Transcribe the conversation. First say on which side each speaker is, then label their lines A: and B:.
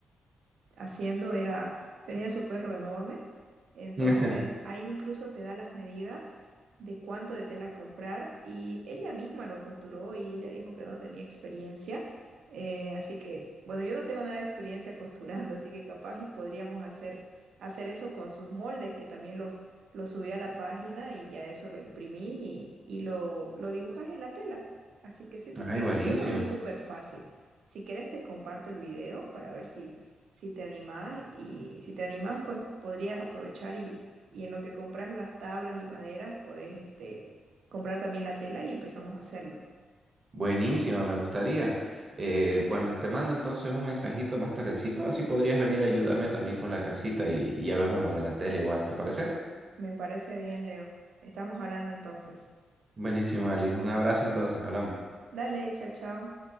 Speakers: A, on the right; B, on the right.
A: haciendo era, tenía su perro enorme, entonces
B: <laughs>
A: ahí incluso te da las medidas de cuánto de tela comprar y ella misma lo costuró y ella dijo que no tenía experiencia, eh, así que bueno, yo no tengo nada de experiencia costurando, así que capaz y podríamos hacer, hacer eso con sus moldes, que también los, los subí a la página y ya eso lo imprimí y, y lo, lo dibujas en la tela, así que siento
B: Ay,
A: que
B: buenísimo.
A: yo lo vi súper fácil. Si querés te comparto el video para ver si, si te animás y si te animás, pues podrías aprovechar y, y en lo que compras las tablas y maderas, podés este, comprar también la tela y empezamos a hacerlo.
B: Buenísimo, me gustaría. Eh, bueno, te mando entonces un mensajito más tardecito, así podrías venir a ayudarme también con la casita y, y ya vemos lo de la tele igual, ¿te parece?
A: Me parece bien, Leo. Estamos hablando entonces.
B: Buenísimo, Ali. Un abrazo entonces, hablamos.
A: Dale, chao, chao.